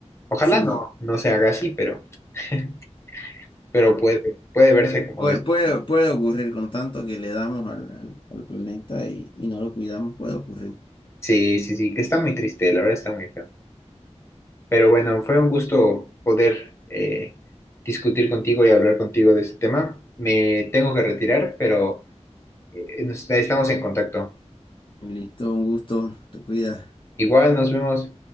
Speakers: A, on the left; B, on the left.
A: Ojalá
B: Sí,
A: no, no se haga así, pero, <laughs> pero puede, puede verse como
B: Puede,
A: de...
B: puede, puede ocurrir con tanto que le damos al, al- al planeta y, y no lo cuidamos, puede ocurrir.
A: Sí, sí, sí, que está muy triste, la verdad está muy feo. Pero bueno, fue un gusto poder eh, discutir contigo y hablar contigo de este tema. Me tengo que retirar, pero eh, nos- estamos en contacto.
B: Listo, un gusto, te cuidas.
A: Igual nos vemos.